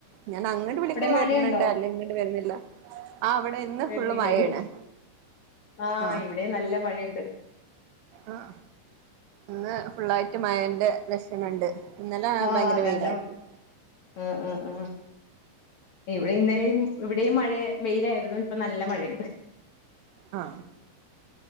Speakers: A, on the right; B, on the left.
A: ഞാൻ അങ്ങോട്ട് വിളിക്കുമ്പോ
B: അവിടെ മഴയുണ്ടോ
A: വരുന്ണ്ട് അല്ല ഇങ്ങട്ട് വര്ന്ല്ല ആ അവിടെ ഇന്ന്
B: വരുന്നില്ലേല്
A: ഫുള്ള് മഴാണ്
B: ആഹ്
A: ആ
B: ഇവിടെയും നല്ല മഴയുണ്ട്
A: ആ ഇന്ന് ഫുള്ളായിട്ട് മയന്റെ ലക്ഷണണ്ട് ഇന്നെല
B: ആഹ്
A: ഭയങ്കര
B: നല്ല
A: വെയിലായിരുന്നു
B: ആഹ് ആഹ് ആഹ് ഇവിടെ ഇന്നലെയും ഇവിടെയും മഴ വെയിലായിരുന്നു ഇപ്പൊ നല്ല മഴയുണ്ട്
A: ആ